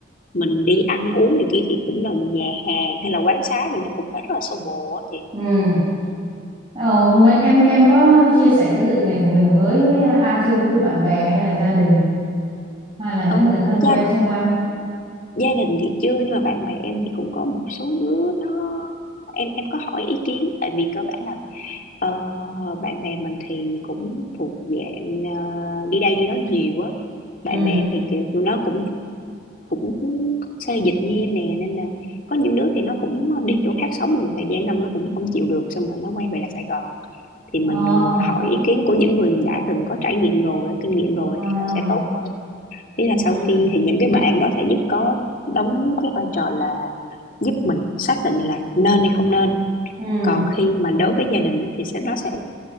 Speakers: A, on the left; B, on the right.
A: Mình đi ăn uống này kia thì cũng là nhà hàng hay là quán xá thì nó cũng phải rất là xô bồ á chị
B: ừ. Ờ, mấy em em có chia sẻ cái dự định này của mình với ai chưa? Ví dụ bạn bè hay là gia đình hay là những
A: Ờ,
B: người thân
A: gia
B: quen xung quanh?
A: gia đình thì chưa nhưng mà bạn bè em thì cũng có một số đứa nó em em có hỏi ý kiến tại vì cơ bản là ờ, bạn bè mình thì cũng thuộc dạng ờ, đi đây đi đó nhiều á bạn
B: ừ
A: bè em thì kiểu tụi nó cũng thích- cũng thích xê dịch như em nè nên là có những đứa thì nó cũng đi chỗ khác sống một thời gian xong nó cũng không chịu được xong rồi nó quay về là Sài Gòn thì mình
B: Ờ,
A: hỏi ý kiến của những người đã từng có trải nghiệm rồi á, kinh nghiệm rồi
B: ờ,
A: á, thì nó sẽ tốt hơn ý là
B: ừ,
A: sau khi thì những cái bạn đó sẽ giúp có đóng cái vai trò là giúp mình xác định là nên hay không nên
B: ừ,
A: còn khi mà đối với gia đình thì sẽ nó sẽ